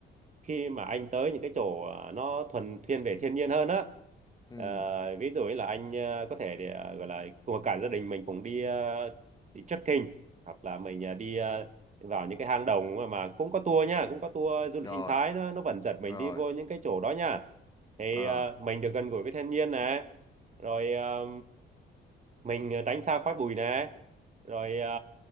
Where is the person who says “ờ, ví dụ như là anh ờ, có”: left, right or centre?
Right